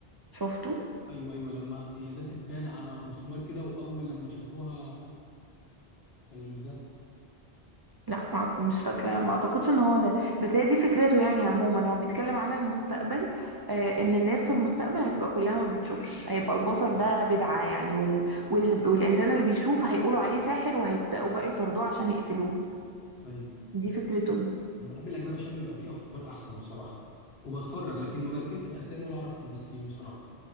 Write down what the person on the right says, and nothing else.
شفته
لا ما أعت- مش فاكرة ما اعتقدش ان هو ده بس هي دي فكرته يعني عموما هو بيتكلم عن المستقبل آه ان الناس في المستقبل هتبقى كلها ما بتشوفش هيبقى البصر ده بدعة يعني وال... وال... والانسان اللي بيشوف هيقولوا عليه ساحر وهيبدأوا بقى يطردوه عشان يقتلوه
دي فكرته